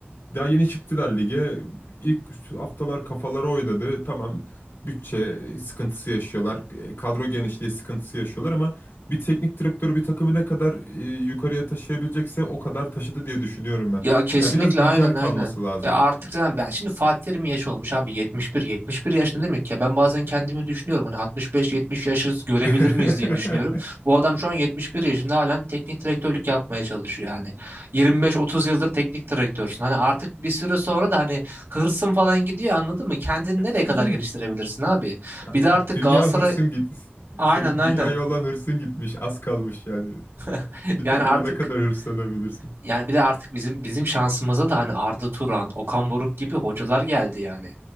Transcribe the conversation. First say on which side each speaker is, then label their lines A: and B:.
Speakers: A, on the left (about 80°); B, on the right (about 75°).
A: Daha yeni çıktılar lige. İlk haftalar kafaları oynadı. Tamam bütçe sıkıntısı yaşıyorlar. E, Kadro genişliği sıkıntısı yaşıyorlar ama bir teknik direktörü bir takımı ne kadar e, yukarıya taşıyabilecekse o kadar taşıdı diye düşünüyorum ben.
B: Ya kesinlikle
A: Ya biraz güncel
B: aynen aynen.
A: kalması lazım.
B: Ya artık zaten ben şimdi Fatih Terim'in yaşı olmuş abi 71 71 yaş ne demek ya? Ben bazen kendimi düşünüyorum hani 65, 70 yaşı görebilir
A: <laughs>
B: miyiz diye düşünüyorum. Bu adam şu an 71 yaşında halen teknik direktörlük yapmaya çalışıyor yani. 25, 30 yıldır teknik direktörsün. Hani artık bir süre sonra da hani hırsın falan gidiyor anladın mı? Kendini
A: E,
B: nereye
A: Tabii
B: kadar
A: canım.
B: geliştirebilirsin abi?
A: Ya,
B: Bir de artık
A: dünya
B: Galatasaray
A: hırsın git
B: aynen
A: Senin
B: aynen.
A: dünyaya olan hırsın gitmiş. Az kalmış yani. <laughs>
B: <laughs>
A: Bir
B: Yani
A: takıma
B: artık
A: ne kadar hırslanabilirsin?
B: Yani bir de artık bizim bizim şansımıza da hani Arda Turan, Okan Buruk gibi hocalar geldi yani.